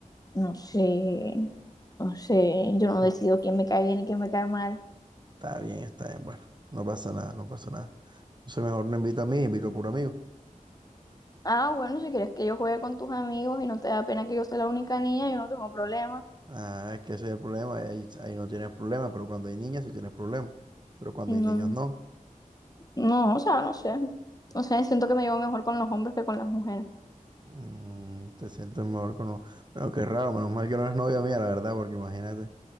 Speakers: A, on the left (about 25°); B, on the right (about 30°).
A: No sé, no sé, yo
B: <laughs>
A: no decido quién me cae bien y quién me cae mal.
B: Está bien, está bien, bueno. No pasa nada, no pasa nada. Entonces mejor no invita a mí, invito a puro amigo.
A: Ah, bueno, si quieres que yo juegue con tus amigos y no te da pena que yo sea la única niña, yo no tengo problema.
B: Ah, es que ese es el problema. Ahí, ahí no tienes problema, pero cuando hay niñas sí tienes problema. Pero cuando
A: No,
B: hay niños no.
A: no, o sea, no sé, no sé, siento que me llevo mejor con los hombres que con las mujeres.
B: Mm, te sientes mejor con... lo- Bueno, qué raro, menos mal que no es novia mía, la verdad, porque imagínate,